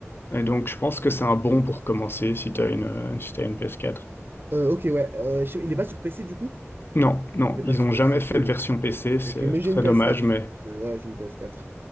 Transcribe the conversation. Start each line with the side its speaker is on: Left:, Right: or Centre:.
Left: Et donc, je pense que c'est un bon pour commencer si tu as une, euh, si t'as une PS4.
Right: Euh, ok, ouais. euh, je- sais- Il est pas sur PC du coup?
Left: Non, non,
Right: Il n'est
Left: ils
Right: pas sur
Left: ont jamais
Right: PC, ok,
Left: fait de
Right: ouais.
Left: version PC, c'est
Right: Ok, mais j'ai
Left: très
Right: une PS4,
Left: dommage, mais...
Right: donc euh, ouais, j'ai une PS4.